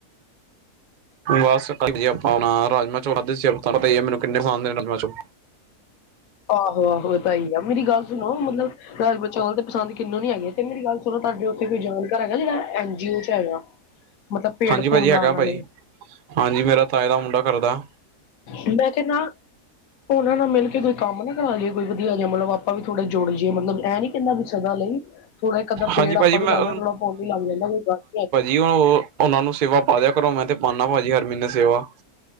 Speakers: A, on the right; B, on the left.
A: ਬਸ ਠੀਕ ਜੀ ਆਪਾਂ ਆਪਣਾ ਰਾਜਮਾਂ ਚੋਲ ਮੈਨੂੰ ਕਿੰਨੇ ਪਸੰਦ ਰਾਜਮਾਂ ਚੋਲ
B: ਆਹੋ ਆਹੋ ਵਧਾਈਆਂ ਮੇਰੀ ਗੱਲ ਸੁਣੋ ਮਤਲਬ ਰਾਜਸਾ ਚੌਲ ਤੇ ਪਸੰਦ ਕਿਹਨੂੰ ਨੀ ਹੈਗੇ ਤੇ ਮੇਰੀ ਗੱਲ ਸੁਣੋ ਤੁਹਾਡੇ ਉੱਥੇ ਕੋਈ ਜਾਣਕਾਰ ਹੈਗਾ ਜਿਹੜਾ ਐਨ ਜੀਓ ਚ ਹੈਗਾ। ਮਤਲਬ ਪੇੜ
A: ਹਾਂਜੀ ਭਾਜੀ
B: ਪੂੜ ਲਾਉਣ
A: ਹੈਗਾ ਭਾਜੀ
B: ਵਾਲੇ
A: ਹਾਂਜੀ ਮੇਰਾ ਤਾਏ ਦਾ ਮੁੰਡਾ ਕਰਦਾ।
B: ਮੈਂ ਕਿਹਾ ਨਾ ਉਹਨਾਂ ਨਾਲ ਮਿਲ ਕੇ ਕੋਈ ਕੰਮ ਨਾ ਕਰਾ ਲਈਏਈ ਵਧੀਆ ਮਤਲਬ ਆਪਾਂ ਵੀ ਥੋੜੇ ਜੁੜ ਜਾਈਏ ਮਤਲਬ ਇਹ ਨੀ ਤਿੰਨਾਂ ਕੁ ਸਾਲਾਂ ਲਈ ਥੋੜਾ ਇੱਕ ਅੱਧਾ ਪੇੜ
A: ਹਾਂਜੀ ਭਾਜੀ
B: ਆਪਾਂ
A: ਮੈਂ
B: ਵੀ ਲਾ ਲੈਣਾ ਥੋੜਾ ਪੁਨ ਹੀ ਲੱਗ ਜਾਂਦਾ ਕੋਈ ਗੱਲ ਨਹੀਂ।
A: ਤੇ ਉਹ ਉਹਨਾ ਨੂੰ ਸੇਵਾ ਪਾ ਦਿਆ ਕਰੋ ਮੈਂ ਤੇ ਪਾਉਦਾ ਭਾਜੀ ਹਰ ਮਹੀਨੇ ਸੇਵਾ।